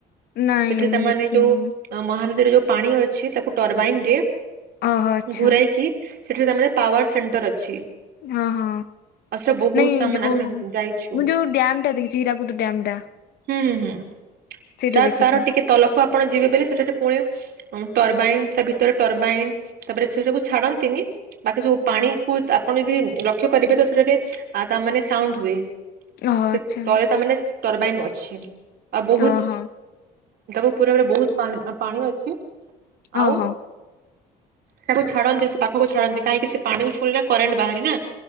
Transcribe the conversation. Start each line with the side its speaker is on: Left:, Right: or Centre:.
Left: ନାଇଁ
Right: ସେଠି
Left: ମୁଁ
Right: ତାମାନେ
Left: ଦେଖିନି।
Right: ଯୋଉ ମହାନଦୀରେ ଯୋଉ ପାଣି ଅଛି ତାକୁ ଟରବାଇନ ଦିଏ
Left: ଓହୋ ଆଚ୍ଛା
Right: ଘୁରାଇକି? ସେଠିରେ ତମର ପାୱର୍ ସେଣ୍ଟର୍ ଅଛି।
Left: ହଁ ହଁ
Right: ଆଉ ସେଟା ବହୁତ
Left: ନାଇଁ
Right: ତାମାନେ
Left: ଯୋଉ
Right: ଆମେ
Left: ମୁଁ
Right: ଯାଇଛୁ।
Left: ଯୋଉ ଡ୍ୟାମ୍ ଦେଖଛି ହୀରାକୁଦ ଡ୍ୟାମ୍ ଟା
Right: ହୁଁ ହୁଁ।
Left: ସେଇଟା
Right: ତା
Left: ଦେଖିଛି
Right: ତାର ଟିକେ ତଲକ୍ କୁ ଆପଣ ଯିବେ ବୋଲି ସେ ସେଠି ପୁଣି ଟରବାଇନ୍ ତା ଭିତରେ ଟରବାଇନ୍ ତା ପରେ ସେ ସବୁ ଛାଡ଼ନ୍ତିନି। ବାକି ସବୁ ପାଣିକୁ ଆପଣ ଯଦି ଲକ୍ଷ୍ୟ କରିବେ ତ ସେଟା ଟିକେ ଆ ତା ମାନେ ସାଉଣ୍ଡ ହୁଏ।
Left: ଓହୋ
Right: ସେ
Left: ଆଚ୍ଛା
Right: ତଳେ ତା ମାନେ ଟରବାଇନ ଅଛି। ଆଉ ବହୁତ
Left: ଅହ।
Right: ତାକୁ ପୁରରେ ବହୁତ୍ ପା ପାଣି ଅଛି। ଆଉ
Left: ଓହୋ
Right: ତାକୁ ଛାଡନ୍ତି ସେ ପାଖକୁ ଛାଡନ୍ତି। କାହିଁକି ସେ ପାଣିକୁ ଛୁଇଁଲେ କରେଣ୍ଟ ବାହାରେ ନା!